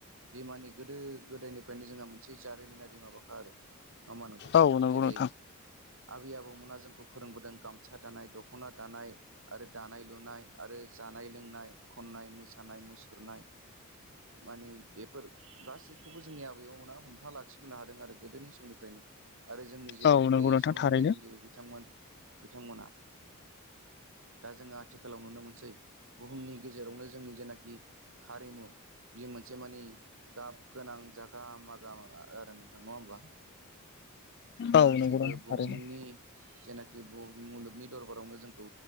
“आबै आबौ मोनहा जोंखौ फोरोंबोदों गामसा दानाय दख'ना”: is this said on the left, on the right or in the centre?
Right